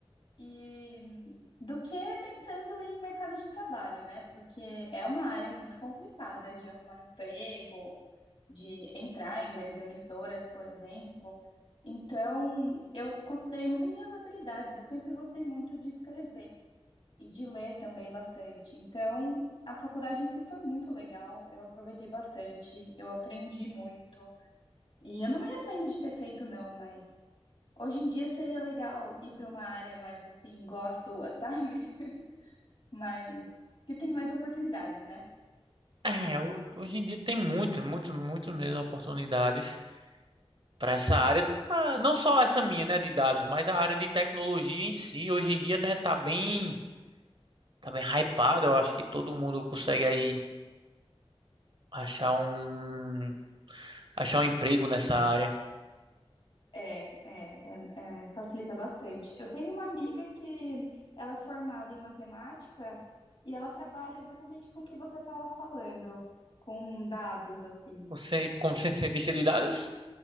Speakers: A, on the left; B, on the right.
A: e hum, do que pensando em mercado de trabalho, né? Porque é uma área muito complicada de arrumar emprego, de entrar em grandes emissoras, por exemplo. Então, eu considerei muito minhas habilidades. Eu sempre gostei muito de escrever e de ler também bastante. Então, a faculdade em si foi muito legal. Eu aproveitei bastante, eu aprendi muito. E eu não me arrependo de ter feito, não, mas hoje em dia seria legal ir para uma área mais assim, igual a sua, sabe? <laughs> Mas que tem mais oportunidades, né?
B: É, ho- hoje em dia tem muitas, muitas, muitas mesmo oportunidades para essa área. Ah, não só essa minha, né, de dados, mas a área de tecnologia em si, hoje em dia, né, tá bem tá bem hypado. Eu acho que todo mundo consegue aí achar um achar um emprego nessa área.
A: É, é, é, é, facilita bastante. Eu tenho uma amiga que ela é formada em matemática e ela trabalha exatamente com o que você estava falando, com dados, assim.
B: Você, como ci- cientista de dados?